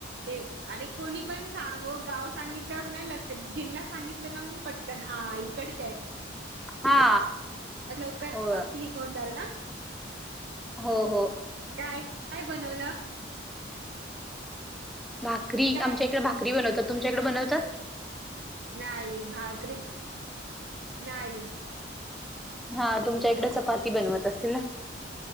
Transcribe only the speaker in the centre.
हा
हो
हो हो
भाकरी
आमच्या इकडे भाकरी बनवतात तुमच्या इकडे बनवतात?
हा तुमच्या इकडे चपाती बनवत असतील ना?